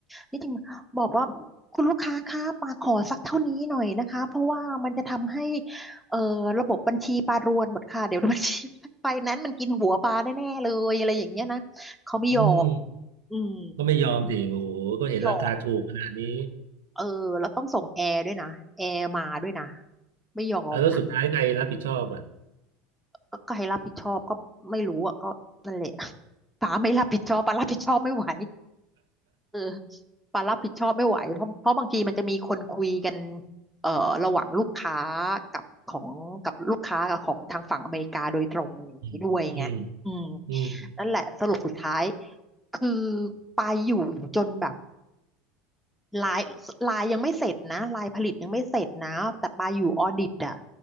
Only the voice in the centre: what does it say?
นี่จริงบอกว่าคุณลูกค้าคะปาขอสักเท่านี้หน่อยนะคะเพราะว่ามันจะทำให้เอ่อระบบบัญชีปารวนหมดค่ะเดี๋ยวบัญชี <laughs> ไฟแนนซ์มันกินหัวปาแน่ๆเลยอะไรอย่างเงี้ยนะเขาไม่ยอม
อืม
ไม่ยอมเออแล้วต้องส่งแอร์ด้วยนะแอร์มาด้วยนะไม่ยอมนะ
ก็ก็ใครรับผิดชอบก็ไม่รู้อ่ะก็นั่นแหละ <laughs> ป๋าไม่รับผิดชอบป๋ารับผิดชอบไม่ไหว เออปารับผิดชอบไม่ไหวเพราะเพราะบางทีมันจะมีคนคุยกันเอ่อระหว่างลูกค้ากับของกับลูกค้ากับของทางฝั่งอเมริกาโดยตรงอย่างนี้ด้วยไงอืม
นั่นแหละสรุปสุดท้ายคือปาอยู่จนแบบลายลายยังไม่เสร็จนะลายผลิตยังไม่เสร็จนะแต่ปาอยู่ออดิตอะ